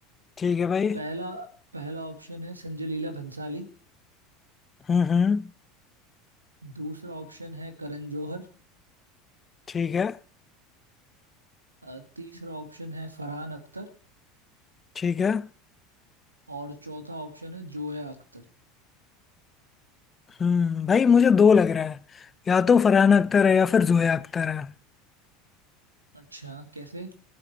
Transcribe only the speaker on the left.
ठीक है भाई
हम्म हम्म
ठीक है
ठीक है
हम्म भाई मुझे दो लग रहा है या तो फरहान अख्तर है या फिर जोया अख्तर है